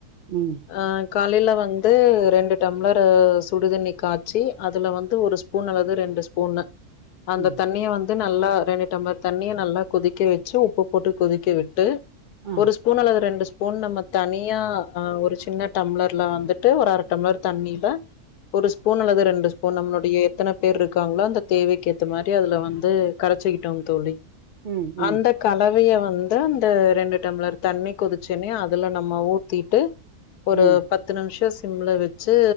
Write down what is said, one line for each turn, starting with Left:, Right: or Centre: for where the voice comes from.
Right: ம்
Left: ஆ க காலேல வந்து ரெண்டு டம்ளர்ஸ்ரு சுடு தண்ணி காச்சி அதுல வந்து ஒரு ஸ்பூன் அல்லது ரெண்டு ஸ்ப் பூனு அந்த
Right: ம்
Left: தண்ணிய வந் து நல்லா ரெண்டு டம்ளர் தண்ணிய நல்லா கொதிக்க வெச்சி உப்பு போட்டு கொதிக்க விட்டு
Right: ஆ
Left: ஒரு ஸ்பூன் அல்லது ரெண்டு ஸ்பூன் நம்ம தனியா ஆ ஒரு சின்ன டம்ளர்ல வந்துட்டு ஒரு அர டம்ளர் தண்ணில ஒரு ஸ்பூன் அல்லது ரெண்டு ஸ்பூன் நம்மளுடைய எத்தன பேருக் க்காங்களோ அந்த தேவைக்கேத்த மாரி அதுல வந்து கரச்சிக்கிட்டோங் தோழி
Right: ம் ம்
Left: அந்த கலவைய வந் ந்து அந்த ரெண்டு டம்ளர் தண்ணி கொதிச்சன்னியு அதுல நம்ம ஊத்தீட்டு ஒரு
Right: ம்
Left: பத்து நிம்ஷோ ஸ் சிம்ல வச்சு